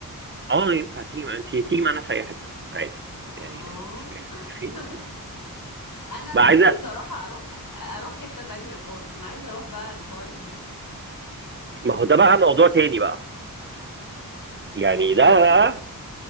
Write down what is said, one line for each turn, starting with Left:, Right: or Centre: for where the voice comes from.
Right: اه ينفع تيجي مع- انت تيجي معانا في اي حته عادي
Left: اه
Right: يعني يعني شوفي عايزه
Left: <laughs>
Right: تيجي فين
Left: انا
Right: بقى
Left: نفسي
Right: عايزه
Left: بصراحة اروح اروح حتة تانية خالص انا عايزة اروح بقى الفار ايست
Right: ما هو ده بقى موضوع تاني بقى يعني
Left: ليه
Right: ده
Left: بقى
Right: بقى